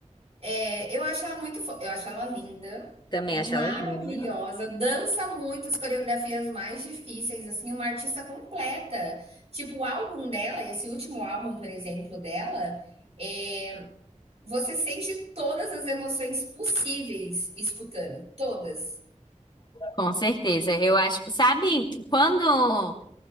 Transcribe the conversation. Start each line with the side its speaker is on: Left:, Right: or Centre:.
Right: É, eu acho ela muito, fo- eu acho ela linda,
Left: Também
Right: maravilhosa,
Left: acho ela linda.
Right: dança muito as coreografias mais difíceis, assim, uma artista completa. Tipo, o álbum dela, esse último álbum, por exemplo, dela. é, Você sente todas as emoções possíveis escutando, todas.
Left: Com certeza, eu acho. Sabe, quando.